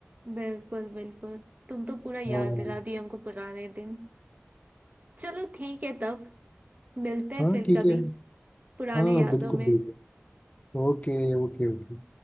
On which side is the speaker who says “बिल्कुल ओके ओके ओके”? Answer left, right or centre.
Left